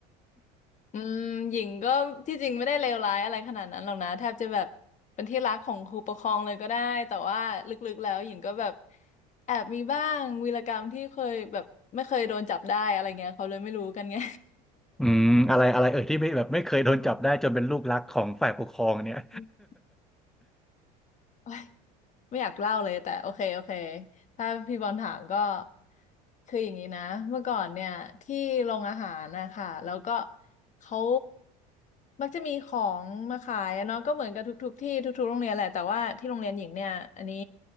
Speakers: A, on the left; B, in the centre.
A: <laughs> อืมหญิงก็ที่จริงไม่ได้เลวร้ายอะไรขนาดนั้นหรอกนะ แทบจะแบบเป็นที่รักของครูปกครองเลยก็ได้ แต่ว่าลึกๆแล้วหญิงก็แบบแอบมีบ้างวีรกรรมที่เคยแบบไม่เคยโดนจับได้อะไรเงี้ยเขาเลยไม่รู้กันไง
B: <laughs> อืมอะไรอะไรเอ่ยที่ไม่แบบไม่เคยโดนจับได้จนเป็นลูกรักของฝ่ายปกครองเนี่ย
A: <laughs> โอ๊ย ไม่อยากเล่าเลยแต่โอเคโอเคถ้าพี่บอลถามก็คืออย่างนี้นะเมื่อก่อนเนี่ยที่โรงอาหารนะคะแล้วก็เขามักจะมีของมาขายอะเนาะก็เหมือนกับทุกๆที่ทุกๆโรงเรียนแหละแต่ว่าที่โรงเรียนหญิงเนี่ยอันนี้